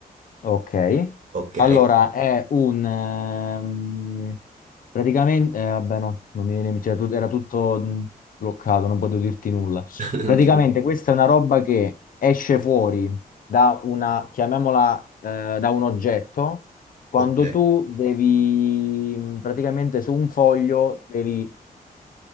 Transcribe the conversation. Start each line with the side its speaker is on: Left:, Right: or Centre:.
Left: Ok,
Right: ok.
Left: allora è un ehm, praticamente, eh, vabbè, no, non mi viene, cioè, tut- era tutto mh, bloccato, non potevo dirti nulla.
Right: <laughs>
Left: Praticamente,
Right: Non ti preoccupare.
Left: questa è una roba che esce fuori da una, chiamiamola, eh, da un oggetto. Quando
Right: Ok,
Left: tu devi, mh, praticamente su un foglio, devi